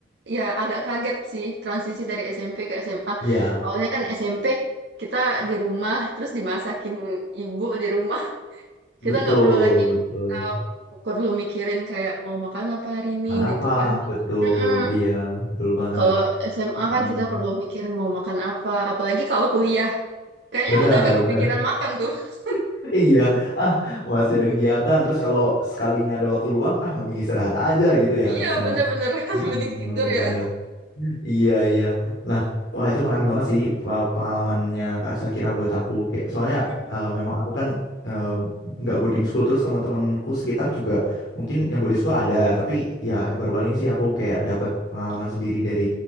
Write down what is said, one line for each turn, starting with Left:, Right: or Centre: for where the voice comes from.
Right: ya agak kaget sih transisi dari SMP ke SMA.
Left: Iya
Right: Awalnya kan SMP kita di rumah terus dimasakin ibu di rumah. <laughs> Kita
Left: betul
Right: nggak perlu lagi
Left: betul.
Right: eh, perlu mikirin kayak mau makan apa hari ini
Left: kan apa?
Right: gitu kan.
Left: Betul.
Right: Mm-mm.
Left: Iya betul banget.
Right: Kalau SMA
Left: Mm,
Right: kan kita perlu mikirin mau makan apa, apalagi kalau kuliah. Kayaknya
Left: benar
Right: udah nggak kepikiran
Left: benar.
Right: makan tuh. <laughs>
Left: <laughs> Iya. Ah masih ada kegiatan. Terus kalau sekalinya ada waktu luang, ah mending istirahat aja gitu ya
Right: Iya,
Left: rasanya.
Right: bener-bener. <laughs>
Left: Mm-mm,
Right: Mending tidur
Left: Benar-benar.
Right: ya.
Left: Iya iya. Nah, wah itu menarik banget sih pa- pengalamannya Kak Sakira buat aku. Kayak soalnya
Right: Mm-mm.
Left: eh, memang aku kan eh, nggak boarding school terus teman-temanku sekitar juga mungkin yang boarding school ada, tapi ya baru kali ini sih aku kayak dapat pengalaman sendiri dari